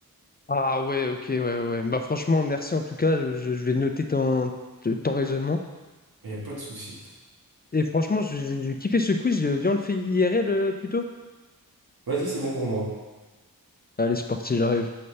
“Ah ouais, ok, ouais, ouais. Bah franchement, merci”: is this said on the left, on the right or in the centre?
Left